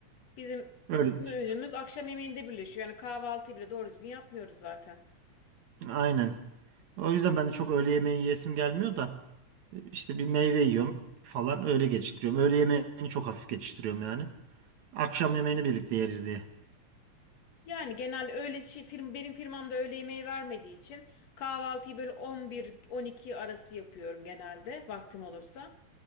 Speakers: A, on the left; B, on the right.
A: Bizim
B: Öyle.
A: tüm
B: bir
A: öğünümüz
B: şey.
A: akşam yemeğinde birleşiyor. Yani kahvaltıyı bile doğru düzgün yapmıyoruz zaten.
B: Aynen. O yüzden ben de çok öğle yemeği yiyesim gelmiyor da işte bir meyve yiyorum falan öyle geçiştiriyorum. Öğle yemeğini çok hafif geçiştiriyorum yani. Akşam yemeğini birlikte yeriz diye.
A: Yani genel öyle şey firm, benim firmamda öğle yemeği vermediği için kahvaltıyı böyle 11-12 arası yapıyorum genelde vaktim olursa.